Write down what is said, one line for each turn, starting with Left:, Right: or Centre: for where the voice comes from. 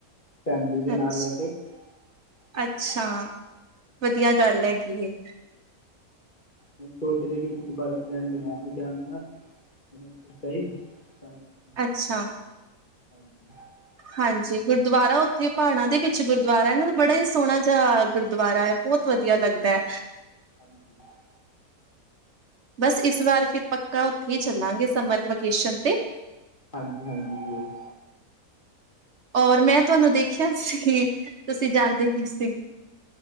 Left: ਫੈਮਿਲੀ ਦੇ ਨਾਲ
Right: ਅਛ,
Left: ਵੈਸੇ ਹਾਂਜੀ
Right: ਅੱਛਾ। ਵਧੀਆ ਗੱਲ ਹੈਗੀ ਹੈ।
Left: ਹੋ, ਸੋਚ ਰਹੇ ਕਿ ਸੀ ਦੁਬਾਰਾ ਪਲੈਨ ਬਣਾਇਆ ਜਾਣ ਦਾ। ਅਨੰਦਪੁਰ ਸਾਹਿਬ। ਕਰਕੇ
Right: ਅੱਛਾ।
Left: ਹਾਂਜੀ <inaudible>
Right: ਹਾਂਜੀ, ਗੁਰਦੁਆਰਾ ਉੱਥੇ ਪਹਾੜਾਂ ਦੇ ਵਿੱਚ। ਗੁਰਦੁਆਰਾ ਨਾ, ਬੜਾ ਹੀ ਸੋਹਣਾ ਜਾ ਗੁਰਦੁਆਰਾ ਹੈ। ਬਹੁਤ ਵਧੀਆ ਲੱਗਦਾ
Left: ਹਮ,
Right: ਹੈ।
Left: ਹਾਂਜੀ ਹਾਂਜੀ
Right: ਬਸ, ਇਸ ਵਾਰ ਫਿਰ ਪੱਕਾ ਉੱਥੇ ਹੀ ਚੱਲਾਂਗੇ, ਸਮਰ ਵੈਕੇਸ਼ਨ ਤੇ।
Left: ਹਾਂਜੀ ਹਾਂਜੀ <inaudible>
Right: ਔਰ, ਮੈਂ ਤੁਹਾਨੂੰ ਦੇਖਿਆ ਸੀ। ਤੁਸੀਂ ਜਾਣਦੇ ਹੀ ਸੀ।